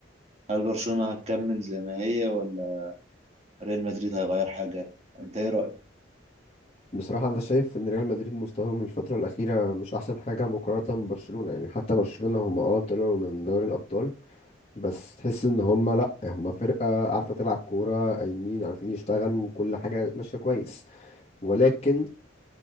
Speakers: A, on the right; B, on the left.
A: هل برشلونة هتكمل زي ما هي ولا ريال مدريد هيغير حاجة انت ايه رأيك؟
B: بصراحه انا شايف ان ريال مدريد مستواهم الفتره الاخيره مش احسن حاجه مقارنه ببرشلونه يعني حتى برشلونه هم اه طلعوا من دوري الابطال بس تحس ان هم لا هم فرقه عارفه تلعب كوره قايمين عارفين يشتغلوا وكل حاجه ماشيه كويس ولكن